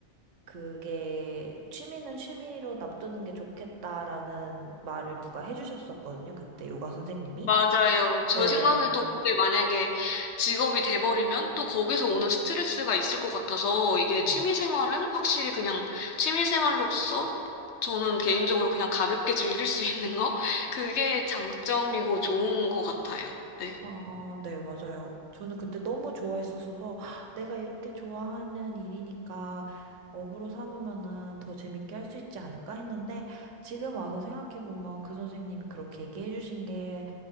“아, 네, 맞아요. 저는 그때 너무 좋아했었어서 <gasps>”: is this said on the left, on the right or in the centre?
Right